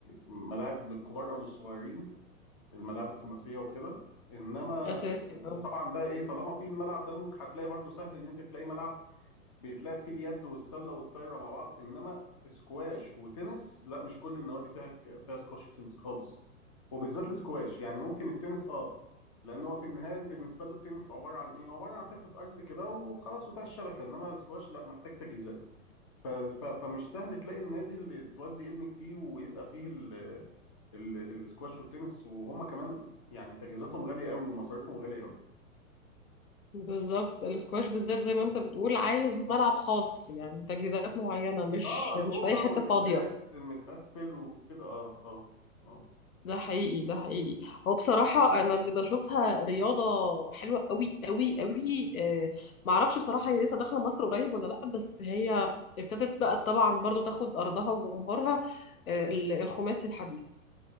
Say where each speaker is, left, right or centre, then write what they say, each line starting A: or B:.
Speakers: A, on the left (about 25°); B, on the left (about 75°).
A: ملاعب للكبار او للصغيرين الملاعب الخماسيه وكده انما
B: أساسي
A: وطبعا
B: اه
A: بقى ايه طالما في الملعب ده ممكن هتلاقي برضو سهل ان انت تلاقي ملعب بيتلعب فيه اليد والسله والطايره مع بعض انما سكواش وتنس لا مش كل النوادي فيها فيها سكواش وتنس خالص وبالذات السكواش يعني ممكن التنس اه لان هو في النهايه بالنسبه له التنس عباره عن ايه عباره عن حته ارض كده وخلاص وفيها الشبكه انما السكواش لا محتاج تجهيزات ف- ف- فمش سهل تلاقي النادي اللي تودي ابنك فيه ويبقى فيه ال... ال- الاسكواش والتنس وهم كمان يعني تجهيزاتهم غالية قوي ومصاريفهم غالية قوي
B: بالظبط السكواش بالذات زي ما انت بتقول عايز ملعب خاص يعني تجهيزات معينة مش
A: اه الأوضة
B: مش في أي حتة
A: والإزاز
B: فاضية
A: المتقفل وكده اه اه اه
B: ده حقيقي ده حقيقي هو بصراحة أنا اللي بشوفها رياضة حلوة قوي قوي قوي آه، معرفش بصراحة هي لسه داخلة مصر قريب ولا لأ بس هي ابتدت بقى طبعا برضو تاخد أرضها وجمهورها آه، ال- الخماسي الحديث